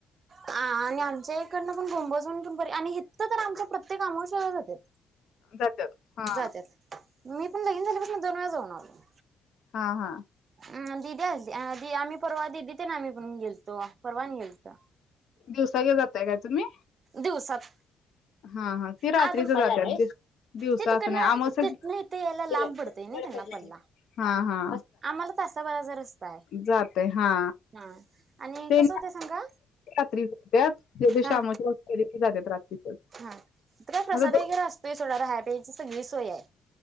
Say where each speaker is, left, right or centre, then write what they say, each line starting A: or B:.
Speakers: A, on the right; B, on the left.
A: आ आणि आमच्या इकडनं पण कोंबजून पण <unintelligible> आणि हितं पण आमच्या प्रत्येक आमवशाला जात्यात.
B: जात्यात हा
A: जात्यात मी पण लगीन झाल्या पसन दोन वेळा जाऊन आलो.
B: हा हा.
A: आ दीदी आज आ दी आमी परवा दीदी तेन आमी पण गेलतो, परवा आणि गेलतो.
B: दिवसा गे जाताय काय तुम्ही?
A: दिवसात
B: हा हा ते रात्रीच
A: आद
B: जात्यात, दिवसा
A: ते तिकडनं
B: अस नाई, आमवस्याच,
A: तिथनं इथं यायला लांब
B: ही घे कड
A: पडतंय ना त्यांना
B: कडन
A: पल्ला
B: घे, हा हा
A: आम्हाला तासाबराचा रस्ता आय
B: जातय हा
A: हा आणि
B: ते
A: कसं होतय सांगा,
B: रात्री जात्यात ज्या दिवशी
A: हा
B: अमावस्या असते त्या दिवशी जात्यात रात्रीच
A: हा तीत काय प्रसाद
B: आता
A: वगैरे असतोय सोडा राहा प्यायाची सगळी सोय हाय.